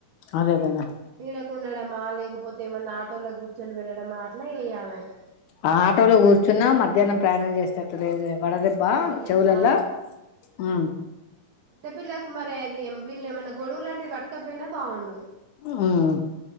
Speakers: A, on the left; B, on the right.
A: అదే కదా
B: నీడకుండడమా లేకపోతే ఏమన్నా ఆటోలో కూర్చొని వెళ్ళడంమా అట్లా చేయలే
A: ఆ ఆటోలో కూర్చున్నా మధ్యాహ్నం ప్రయాణం చేసేటట్టు లేదే వడదేబ్బా
B: మధ్య
A: చెవులలా
B: ఆ
A: మ్
B: చిన్న పిల్లకు మరి అది వీళ్ళ ఏమైన్నా గొడలు లాంటివి పట్టు కపోయినా బాగుండు
A: మ్